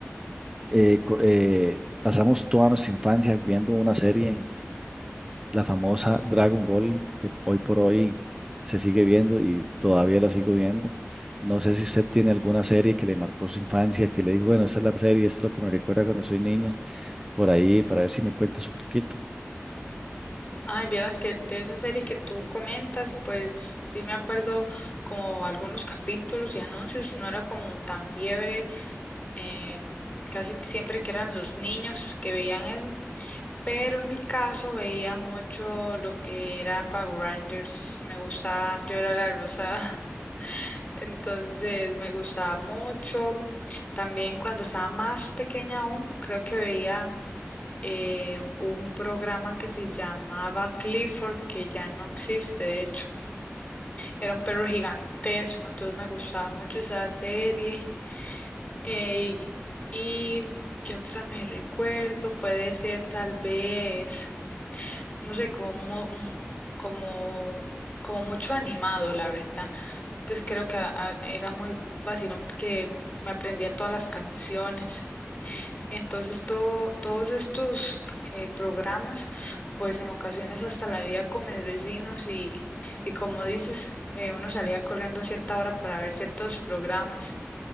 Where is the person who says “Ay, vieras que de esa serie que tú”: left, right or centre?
Left